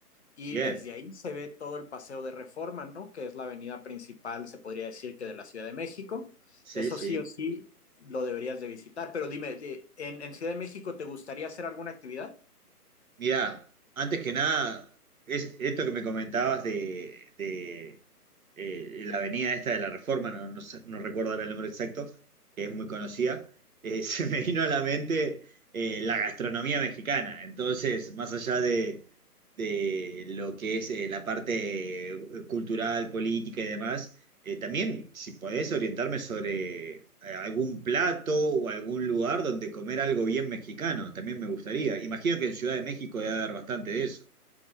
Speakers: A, on the left (about 45°); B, on the right (about 60°).
A: Y
B: bien,
A: desde ahí se ve todo el Paseo de Reforma, ¿no? Que es la avenida principal, se podría decir que de la Ciudad de México.
B: sí,
A: Eso
B: sí.
A: sí o sí lo deberías de visitar. Pero dime, de- ¿en, en Ciudad de México te gustaría hacer alguna actividad?
B: Mirá, antes que nada, es esto que me comentabas de, de, eh, la avenida esta de la Reforma, no, no sé- no recuerdo ahora el nombre exacto, que es muy conocida, eh, <laughs> se me vino a la mente eh, la gastronomía mexicana. Entonces, más allá de, de lo que es eh, la parte eh, cultural, política y demás, eh, también, si podés orientarme sobre eh, algún plato o algún lugar donde comer algo bien mexicano, también me gustaría. Imagino que en Ciudad de México debe haber bastante de eso.